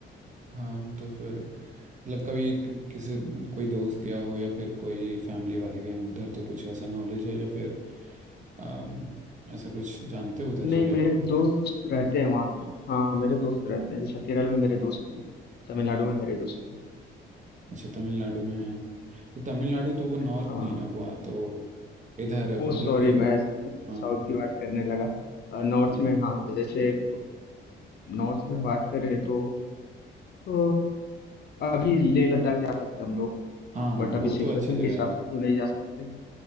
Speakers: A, on the right; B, on the left.
A: हाँ तो फिर मतलब कभी किसी कोई दोस्त गया हो या फिर कोई फैमिली वाले गए हों उधर तो कुछ वैसा नॉलेज है या फिर अम, ऐसा कुछ जानते हो उधर जगह
B: नहीं मेरे दोस्त रहते हैं वहाँ पे हाँ मेरे दोस्त रहते हैं जैसे केरल में मेरे दोस्त हैं तमिलनाडु में मेरे दोस्त हैं
A: अच्छा तमिलनाडु में है तो तमिलनाडु तो वो नॉर्थ
B: हाँ
A: नहीं ना हुआ तो इधर
B: ओ
A: मतलब
B: सॉरी
A: क्यों
B: मैं साउथ
A: हाँ
B: की बात करने लगा अ, नॉर्थ
A: हाँ
B: में हाँ जैसे अ, नॉर्थ में बात करें तो अ, अभी लेह लद्दाख जा सकते हैं हम लोग
A: हाँ हाँ,
B: बट
A: वो
B: अभी सिचुएशन
A: तो अच्छी जगह
B: के हिसाब
A: है ना
B: से तो नहीं जा सकते